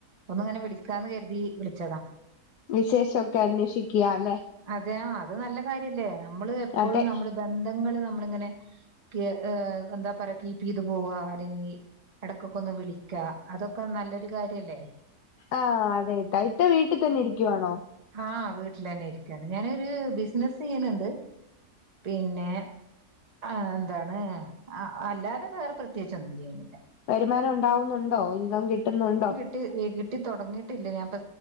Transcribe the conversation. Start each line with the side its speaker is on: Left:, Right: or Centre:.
Right: ഒന്ന്ങ്ങനെ വിളിക്കാന്ന് കരുതി വിളിച്ചതാ.
Left: വിശേഷൊക്കെ അന്വേഷിക്ക്യ ല്ലേ
Right: അതെയ അത് നല്ല കാര്യല്ലേ നമ്മള് എപ്പളും
Left: അതെ
Right: നമ്മള് ബന്ധങ്ങൾ നമ്മള് ഇങ്ങനെ ക്ക് എന്താ പറയ കീപ്പ് ചെയ്ത് പോവാ അല്ലെങ്കിൽ എടക്കൊക്കെ ഒന്ന് വിളി ക്ക അതൊക്കെ നല്ലൊരു കാര്യല്ലേ
Left: ആഹ് അതെ ഇത്ത ഇത്ത വീട്ടിൽ തന്നെ ഇരിക്കുവാണോ
Right: ആഹ് വീട്ടിൽ തന്നെ ഇരിക്കയാണ് ഞാനൊരു ബിസിനസ് ചെയ്യ്ണ്ണ്ട് പിന്നെ ആഹ് എന്താണ് അല്ലാതെ വേറെ പ്രത്യേകിച്ചൊന്നും ചെയ്യ്ണില്ല
Left: വരുമാനം ഉണ്ടാവുന്നുണ്ടോ ഇൻകം കിട്ടുന്നുണ്ടോ
Right: ട്ടി കിട്ടി തുടങ്ങിയിട്ടില്ല ഞാൻ പ